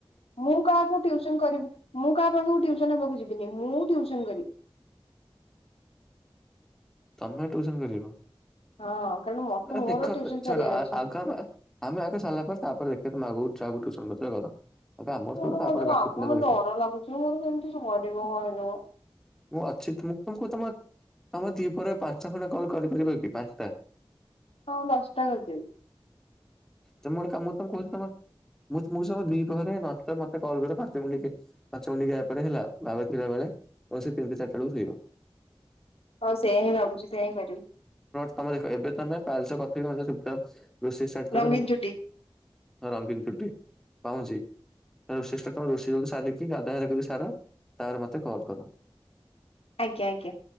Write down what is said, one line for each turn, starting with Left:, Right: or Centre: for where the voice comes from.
Left: ମୁଁ କାହାକୁ ଟ୍ୟୁସନ୍ କରିବି ମୁଁ କାହା ପାଖୁକୁ ଟ୍ୟୁସନ୍ ହେବାକୁ ଯିବିନି ମୁଁ ଟ୍ୟୁସ୍ ସନ୍ କରିବ୍
Centre: ତମେ ଟ୍ୟୁସନ୍ କରିବ?
Left: ହଁ କାରଣ ମତେ
Centre: ନାଇ
Left: ମୋର
Centre: ଦେଖ
Left: ଟ୍ୟୁସନ
Centre: ଛାଡ
Left: ସାରିବାର ଅଛି।
Centre: ଆଗ ଆମେ ଆମେ ଆଗ ସାଲା ପ ତାପରେ ମାଗୁ ଯାକୁ ଟ୍ୟୁସନ୍ କରୁଥୁଲ କର। ଆଗ ଆମର ସରୁ
Left: ମୋର
Centre: ତାପରେ
Left: କଁ
Centre: ବାକି ପିଲାଙ୍କୁ ଦେଖିବ
Left: ଡର ଲାଗୁଛି ମୋର କେମିତି ସରିବ କହିଲ?
Centre: ମୁଁ ଅଛି ତୁମୁ କୁ ତୁମ ଆମ ଦିପହରେ ପାଞ୍ଚ ଖଣ୍ଡ କଲ୍ କରିପାରିବା କି ପାଞ୍ଚଟା?
Left: ହଁ ଦଶଟା କରି ଦେବି।
Centre: ତମେ ଗୋଟେ କାମ ତ କୋଉ ତମେ ମୁଁ ତୁମ ସହ ଦିପହରେ ମତେ ମତେ କଲ୍ କରିବ ପାଞ୍ଚ ମିନିଟ୍ ପାଞ୍ଚ ମିନିଟ୍ ଗ୍ୟାପରେ ହେଲା ବାବା ଥିଲା ବେଳେ। ଆଉ ସେ ତିନିଟା ଚାରିଟା ବେଳକୁ ଶୋଇବ।
Left: ହଁ ସେଇୟା ହିଁ ଭାବୁଛି ସେଇୟା ହିଁ କରିବି
Centre: ତମେ ଦେଖ ଏବେ ତମେ ପାୟେଲ ସ ଚୁପଚାପ ରୋଷେଇ ଷ୍ଟାର୍ଟ୍ କର
Left: ରଙ୍ଗୀନ ଚୁଟି
Centre: ରଙ୍ଗୀନ ଚୁଟି ପାଉଁଜି ରୋଷେଇ ତମେ ରୋଷେଇ ସାରିକି ଗାଧ୍ ବାହାର କରି ସାର ତାପରେ ମତେ କଲ୍ କର।
Left: ଆଜ୍ଞା ଆଜ୍ଞା।